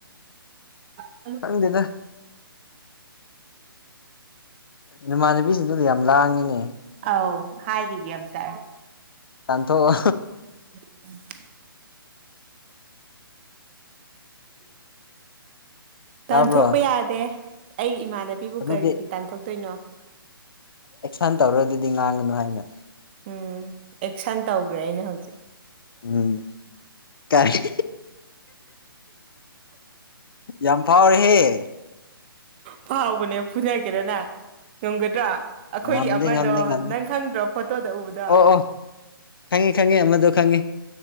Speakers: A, on the right (about 25°); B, on the left (about 70°).
A: ꯎꯝ
B: ꯈꯪꯗꯦꯗ ꯅꯨꯃꯥꯟꯅꯕꯤꯁꯤꯡꯗꯨ ꯌꯥꯝ ꯂꯥꯡꯉꯤꯅꯦ
A: ꯑꯧ ꯍꯥꯏꯒꯤ ꯑꯝꯇ
B: ꯇꯥꯟꯊꯣꯛ ꯑꯣ
A: <unintelligible> ꯇꯥꯟꯊꯣꯛꯄ
B: ꯇꯥꯕ꯭ꯔꯣ
A: ꯌꯥꯗꯦ ꯑꯩꯒꯤ ꯏꯃꯥꯟꯅꯕꯤꯕꯨ
B: ꯑꯗꯨꯗꯤ
A: ꯀꯔꯤꯒꯤ ꯇꯥꯟꯊꯣꯛ ꯇꯣꯏꯅꯣ
B: ꯑꯦꯛꯁꯟ ꯇꯧꯔꯣ ꯑꯗꯨꯗꯤ ꯉꯥꯡꯒꯅꯨ ꯍꯥꯏꯅ
A: ꯎꯝ ꯑꯦꯛꯁꯟ ꯇꯧꯒꯔꯦ ꯑꯩꯅ ꯍꯧꯖꯤꯛ
B: ꯎꯝ ꯀꯔꯤ ꯌꯥꯝ ꯐꯥꯎꯔꯦꯍꯦ
A: ꯐꯥꯎꯕꯅꯦ ꯐꯨꯅꯒꯦꯔ ꯅꯪ ꯉꯝꯒꯗ꯭ꯔꯥ ꯑꯩꯈꯣꯏꯒꯤ
B: ꯉꯝꯗꯦ
A: ꯑꯃꯗꯣ
B: ꯉꯝꯗꯦ ꯉꯝꯗꯦ
A: ꯅꯪ ꯈꯪꯗ꯭ꯔꯣ ꯐꯣꯇꯣꯗ ꯎꯕꯗꯣ
B: ꯑꯣ ꯑꯣ ꯈꯪꯉꯦ ꯈꯪꯉꯦ ꯑꯃꯗꯣ ꯈꯪꯉꯦ